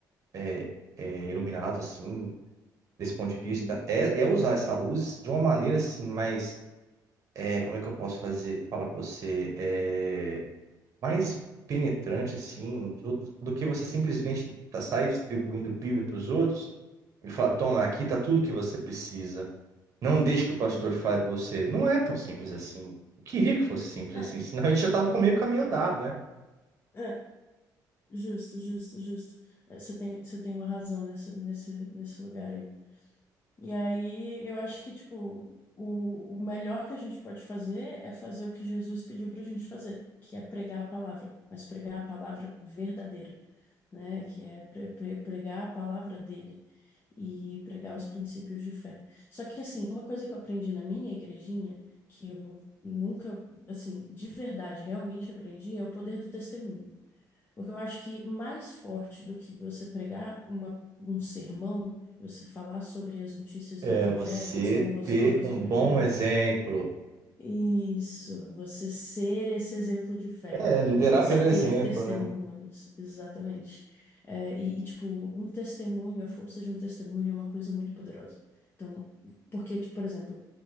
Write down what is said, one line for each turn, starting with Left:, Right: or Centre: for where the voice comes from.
Right: é, é, iluminados, assim, desse ponto de vista,
Left: Uhum.
Right: é, é usar essa luz de uma maneira, assim, mais... é, como é que eu posso fazer, falar pra você? É, mais penetrante, assim, dos outros, do que você simplesmente tá, sair distribuindo Bíblia para os outros e falar, toma, aqui tá tudo que você precisa. Não deixe que o pastor
Left: Uhum.
Right: fale para você. Não é tão simples assim. Eu queria que fosse simples
Left: É,
Right: assim, senão a gente já tava com meio caminho andado, né?
Left: é. Justo, justo, justo. Eh, Você tem, você tem uma razão nesse, nesse, nesse lugar aí. E aí, eu acho que, tipo, o, o melhor que a gente pode fazer é fazer o que Jesus pediu pra gente fazer, que é pregar a palavra, mas pregar a palavra verdadeira, né? Que é pre- pre- pregar a palavra dele e pregar os princípios de fé. Só que, assim, uma coisa que eu aprendi na minha igrejinha, que eu nunca, assim, de verdade, realmente aprendi, é o poder do testemunho. Porque eu acho que mais forte do que você pregar uma- um sermão, você falar sobre as notícias
Right: É
Left: do Evangelho,
Right: você
Left: as boas
Right: ter
Left: novas
Right: um
Left: do Evangelho,
Right: bom exemplo.
Left: isso, você ser esse exemplo de fé
Right: É, liderar
Left: e você
Right: pelo exemplo,
Left: ter testemunhos,
Right: né?
Left: exatamente. É, e, e, tipo, um testemunho, a força de um testemunho é uma coisa muito poderosa. Então, porque, tipo, por exemplo,